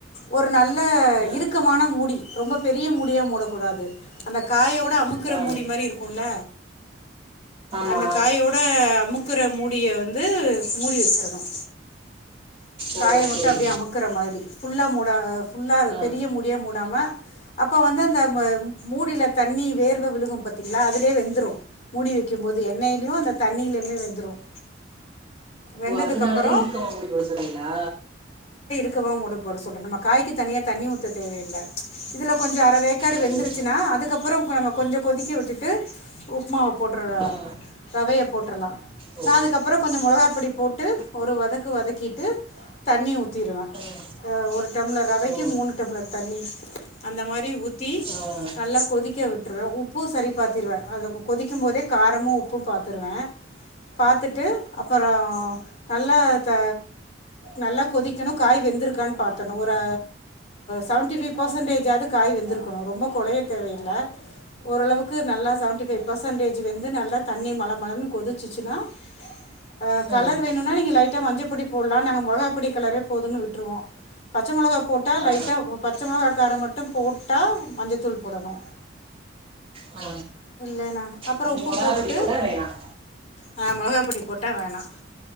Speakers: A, on the left; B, on the right.
A: ஒரு நல்ல
B: ஆ
A: இறுக்கமான மூடி ரொம்ப பெரிய மூடியா மூடக்கூடாது அந்த காயோட அமுக்கிற
B: ஆ
A: மூடி மாி இருக்கும் கொள்ள
B: ஆமா
A: அந்த காய்யோட அம்மு க்குற மூடி மூடிய வந்து மூடி வச்சிடணும்
B: ஓ
A: காய மட்டும்
B: சரி
A: அப்டியே அமுக்கிற மாரி ஃபுல்லாக மூட ஃபுல்லாக
B: ஆ
A: பெரிய மூடிய மூடாமல் அப்போ வந்து அந்த மூடியில தண்ணி வேர்வ விழுகும் பாத்தீங்களா அதுலே வெந்துடும் மூடி வைக்கும் போது எண்ணெய்லியும் அந்த தண்ணியிலமே வெந்துடும் வெந்ததுக்கப்புறம்
B: அதனாலதான் இருக்கமா மூடி கொ சொல்றிங்களா
A: க்குவாம் மூட போட சொல்றேன் நம்ம காய்க்க தனியா தண்ணி ஊத்த தேவயில்ல இதுல கொஞ்சம் அர வேக்காடு
B: ஓ
A: வெந்துருச்சுனா அதுக்கப்பறம் நம்ம கொஞ்சம் கொதிக்கி விட்டுட்டு உப்புமாவ போட்டுலாம்
B: ஆ
A: ரவய போட்டுரலாம்
B: ஓ
A: நான அதுக்கப்பறம் கொஞ்சம் மொளகா பொடி
B: ஆ
A: போட்டு ஒரு வதக்கு வதக்கிட்டு தண்ணி ஊற்றிடுவேன்
B: ஆ ஆ
A: ஒரு டம்ளர் ரவக்கு
B: ஓ
A: மூணு டம்ளர் தண்ணி அந்த மாரி ஊற்றி
B: ஆ ஆ ஆ ஆ
A: நல்லா கொதிக்க விட்டுருவேன் உப்பும் சரி பாத்திடுவேன் அது கொதிக்கும் போதே காரமும் உப்பும் பார்த்துருவேன் பாத்துட்டு அப்பறம் நல்லா த நல்லா கொதிக்கணும் காய் வெந்திருக்கான்னு பாத்தணும் ஒரு செவன்டிஃபைவ் பர்சன்டேஜ்ஜாவது காய் வெந்திருக்கணும் ரொம்ப குலய தேவையில்ல ஓரளவுக்கு நல்ல செவன்டிஃபைவ் பர்சன்டேஜ் வெந்து நல்லா தண்ணி மல மலன்னு கொதிச்சிச்சுனா ஹ்
B: ஆ
A: கலர்
B: ஆ
A: வேணும்னா நீங்க லைட்டா மஞ்ச பொடி போடலாம் நாங்க மிளகா பொடி கலரே போதும்ன்னு விட்டுருவோம் பச்ச மிளகா போட்டா
B: ஆ
A: லைட்டா பச்ச மிளகாக்காரம் மட்டும் போட்டா மஞ்சத்தூள் போடணும்
B: ஆ
A: இல்ல னா அப்பறம்
B: அப்படி
A: உப்பு
B: மிளகா
A: போட்டுட்டு
B: பொடி போட்டால் வேணாம்
A: ஹ மிளகா பொடி போட்டா வேணாம்